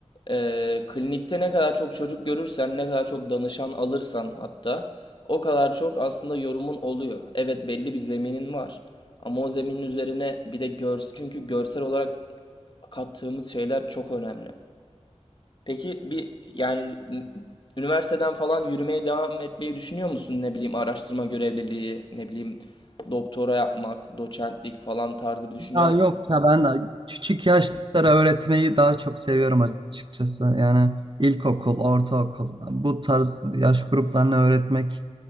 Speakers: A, on the left; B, on the right.
A: e, klinikte ne kadar çok çocuk görürsen, ne kadar çok danışan alırsan hatta o kadar çok aslında yorumun oluyor. Evet belli bir zeminin var. Ama o zeminin üzerine bir de görsel çünkü görsel olarak kattığımız şeyler çok önemli. Peki bir yani üniversiteden falan yürümeye devam etmeyi düşünüyor musun? Ne bileyim araştırma görevliliği, ne bileyim doktora yapmak, doçentlik falan tarzı bir düşüncem.
B: Ya yok ya ben küçük yaşlara öğretmeyi daha çok seviyorum açıkçası. Yani ilkokul, ortaokul bu tarz yaş gruplarını öğretmek